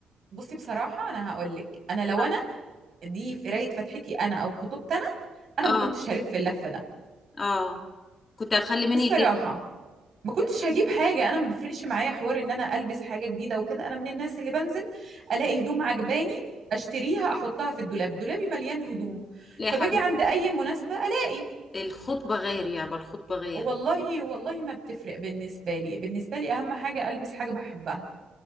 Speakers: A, on the right; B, on the left.
A: بصي بصراحه انا هقول لك انا لو
B: اه
A: انا دي في قرايه فتحتي انا او خطوبتي انا انا
B: اه
A: ما كنتش هلف اللفه ده
B: اه كنت هتخلي مين
A: الصراحه
B: يجيب لي
A: ما كنتش هجيب حاجة أنا ما بيفرقش معايا حوار إن أنا ألبس حاجة جديدة وكده أنا من الناس اللي بنزل ألاقي هدوم عجباني أشتريها أحطها في الدولاب دولابي مليان هدوم
B: لا يا
A: فباجي
B: حبيبي
A: عند أي مناسبة ألاقي
B: الخطبه غير يابا الخطبه غير
A: والله والله ما بتفرق بالنسبة لي بالنسبة لي أهم حاجة ألبس حاجة بحبها